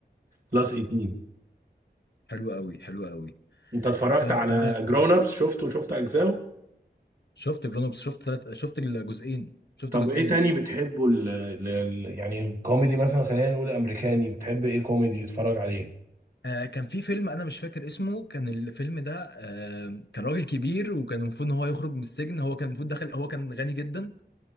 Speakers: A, on the right; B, on the left.
A: بلس 18
B: حلو قوي حلو قوي
A: انت اتفرجت
B: طيب
A: على
B: تمام
A: جرون ابس شفته وشفت اجزاءه
B: شفت جرون ابس شفت ثلاث شفت الجزئين شفت
A: طب
B: جزئين
A: ايه تاني
B: ليه
A: بتحبه ال ال يعني الكوميدي مثلا خلينا نقول امريكاني بتحب ايه كوميدي تتفرج عليه
B: آه كان في فيلم انا مش فاكر اسمه كان الفيلم ده آه كان راجل كبير وكان المفروض ان هو يخرج من السجن هو كان المفروض دخل هو كان غني جدا